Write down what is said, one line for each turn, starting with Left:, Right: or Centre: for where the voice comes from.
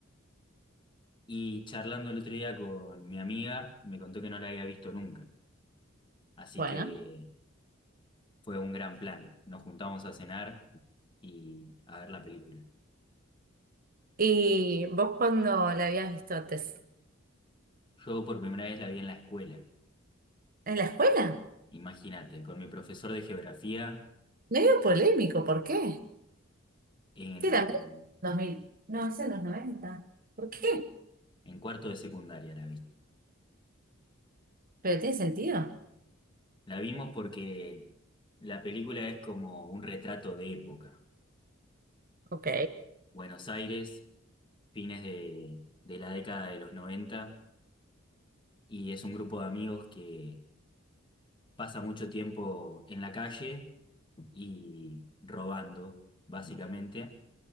Left: Y charlando el otro día con mi amiga, me contó que no la había visto nunca, así
Right: bueno.
Left: que fue un gran plan. Nos juntamos a cenar y a ver la película.
Right: ¿Y vos cuándo la habías visto antes?
Left: Yo por primera vez la vi en la escuela,
Right: ¿en la escuela?
Left: imagínate, con mi profesor de geografía
Right: Medio polémico, ¿por qué?
Left: en,
Right: Sí, la 2000. No, es en los 90. ¿Por qué?
Left: en cuarto de secundaria la vi.
Right: Pero tiene sentido.
Left: La vimos porque la película es como un retrato de época.
Right: Ok,
Left: Buenos Aires, fines de, de la década de los noventa y es un grupo de amigos que pasa mucho tiempo en la calle y robando, básicamente,